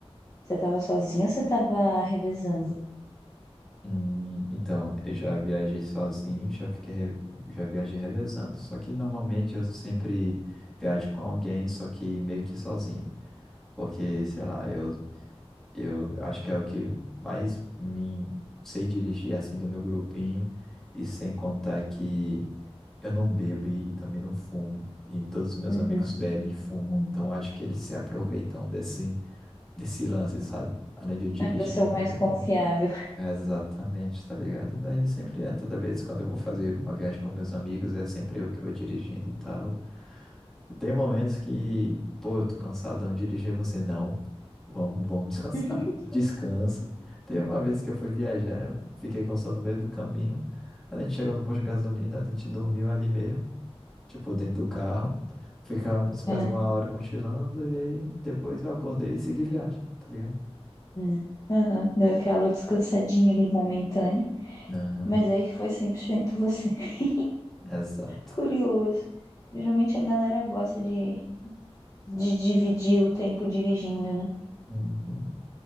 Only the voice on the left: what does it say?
você tava sozinho ou você tava revezando?
Uhum.
Aí Você é o
mais
confiável.
<laughs>
É.
Hum, aham, Deu aquela descansadinha ali momentânea,
mas aí foi 100% você. <laughs>
Curioso. Geralmente a galera gosta de, de dividir o tempo dirigindo, né?